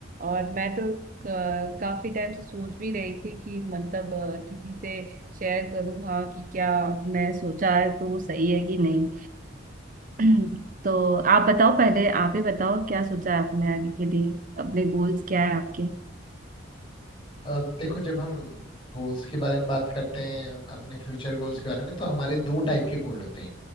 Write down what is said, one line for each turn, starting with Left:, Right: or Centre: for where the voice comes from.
Right: और मैं तो क- काफी टाइम से सोच भी रही थी कि मतलब अ, किसी से शेयर करूँ हाँ कि क्या मैं सोचा है तो वो सही है कि नहीं <clears throat> तो आप बताओ पहले आप ही बताओ क्या सोचा है आपने आगे के लिए अपने गोल्स क्या है आपके
Left: अ, देखो जब हम गोल्स के बारे में बात करते हैं अपने फ्यूचर गोल्स के बारे में तो हमारे दो टाइप के गोल होते हैं